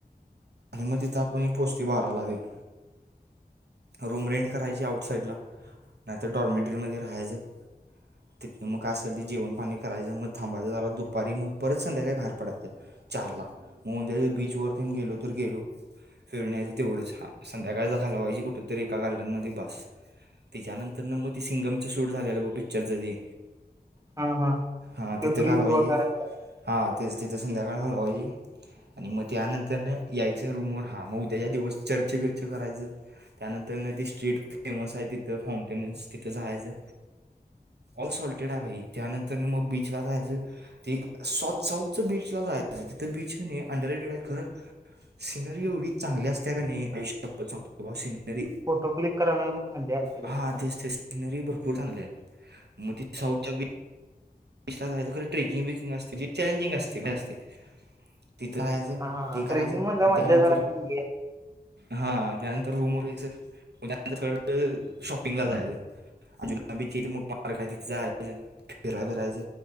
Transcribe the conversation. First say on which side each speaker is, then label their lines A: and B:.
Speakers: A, on the right; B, on the right.
A: मग तिथं आपण पोचतोय बाराला तेन. रूम रेंट करायची आउट साइडला नाहीतर डॉर्मेटरीमध्ये राहायचं. तिथनं मग असेल ते जेवण, पाणी करायचं मग थांबायचं जरा दुपारी मग परत संध्याकाळी बाहेर पडायचं. चारला मग तउद्या तेन बीच वरती गेलो तर गेलो. फिरून यायचं तेवढंच हा संध्याकाळचा घालावायची कुठ तरी एका गार्डनमध्ये बास. त्याच्यानं तर न मग सिंगमची शूट झालेलं बघ पिक्चरच ते
B: हा हा
A: हा
B: ते
A: तिथं
B: ब्रिज
A: घालवायची.
B: वगैरे
A: हा तेच तिथं संध्याकाळ घालवायची. आणि मग त्यानंतर न यायचं रूमवर हा मग उद्या दिवस चर्चेविरचे करायचं त्यानंतर न ती स्ट्रीट फेमस आहे तिथं फॉम टेन्स तिथ जायचं ऑल सॉल्टेड आहे भाई त्यानंतर मग बीचला जायचं. ते सोथ साउथ बीचला जायचं तिथं बीच किनी अनडरेटेड हायत खरं सिनरी एवढी चांगली असत्या कनी आईशप्पथ सांग वॉस सिनरी.
B: फोटो क्लिक करायला मज्जा यायला
A: हां
B: पाहिजे
A: तेच ते सिनरी भरपूर चांगली हाय. म ते साउथ बीच ला जायचं खरं ट्रेकिंग विकिंग असते जे चॅलेंजिंग असतय हे असतय. तिथं राहायचं
B: हा हा
A: ते करायचं
B: ट्रेकिंग मधला
A: आणि
B: मजा
A: त्यानंतर
B: जरा वेगळी आहे.
A: हा त्यानंतर रूमवर यायचं. त्यानंतर म थर्ड शॉपिंगला जायचं. अजुनाबा बीची इथे मोठ पार्क आहे तिथे जाय फि फिराय बिरा करायच